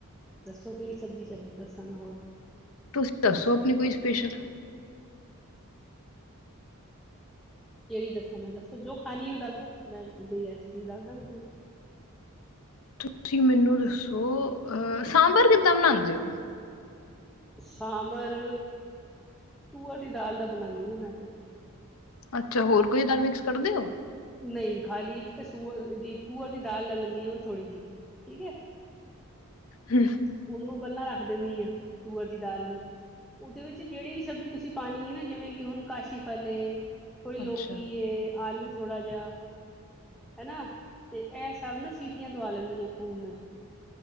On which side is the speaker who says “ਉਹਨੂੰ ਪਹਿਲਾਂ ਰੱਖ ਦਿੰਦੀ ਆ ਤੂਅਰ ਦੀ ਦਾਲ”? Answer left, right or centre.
Centre